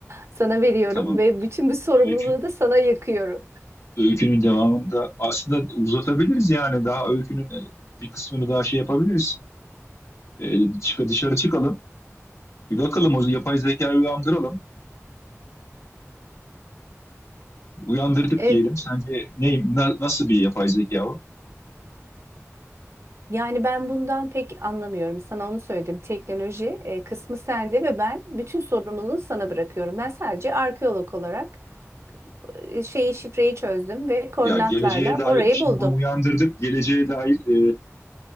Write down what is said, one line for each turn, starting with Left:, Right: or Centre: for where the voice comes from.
Right: Sana veriyorum
Left: Tamam.
Right: ve bütün bu sorumluluğu
Left: Öykü,
Right: da sana yıkıyorum.
Left: öykünün devamında aslında uzatabiliriz yani. Daha öykünün e, bir kısmını daha şey yapabiliriz. E, çık, dışarı çıkalım. Bir bakalım o yapay zekayı uyandıralım. Uyandırdık
Right: E,
Left: diyelim. Sence ne, na- nasıl bir yapay zeka o?
Right: Yani ben bundan pek anlamıyorum. Sana onu söyledim. Teknoloji e, kısmı sende ve ben bütün sorumluluğu sana bırakıyorum. Ben sadece arkeolog olarak e, şeyi şifreyi çözdüm ve koordinatlarla
Left: Ya geleceğe dair,
Right: orayı
Left: şimdi
Right: buldum.
Left: bunu uyandırdık. Geleceğe dair e,